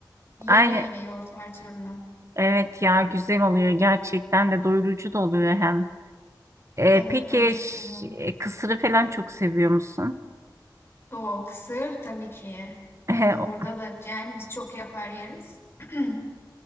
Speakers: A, on the left (about 30°); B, on the right (about 40°).
A: yeniyor
B: Aynı
A: yine yoğurt her türlü.
B: evet ya güzel oluyor gerçekten de doyurucu da oluyor hem. E,
A: Evet
B: peki
A: ben çok
B: ş-
A: seviyorum.
B: e, kısırı falan çok seviyor musun?
A: O kısır tabii ki.
B: <laughs>
A: Bizim
B: E, o-
A: burada da yani biz çok yapar yeriz. <clears throat>